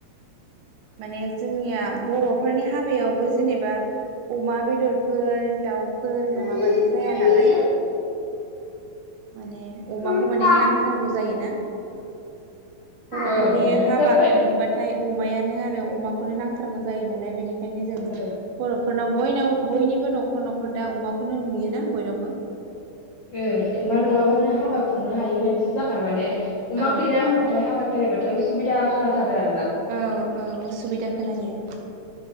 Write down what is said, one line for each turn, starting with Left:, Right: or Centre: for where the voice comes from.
Right: माने जोंनिया बर'फोरनि हाबायावबो जेनेबा अमा बेदरफोर दाउ फोर
Left: ओम
Right: नङाबानो जाया नालाय माने अमाखौ
Left: ओं
Right: माने नांथारगौ जायोना बर'फोरनि
Left: ओं हाथारबाय
Right: हाबा खुंनोबाथाय अमायानो। नों आरो अमाखौनो नांथारगौ जायो नालाय बेनिखा नि जों
Left: ओं
Right: बर'फोरनाव बयनाव बयनिबो न'खर न'खर दा अमाखौ खुनु नुयोना बयनावबो।
Left: ओ अमा नङाबानो हाबा खुंनो हायि बायदिसो जाखाय माने। अमा
Right: औ
Left: गैया होनबाथाय हाबा खेरायबाथाय उसुबिदा खोनाथारो आरो।
Right: औ औ उसुबिदा खोनायो।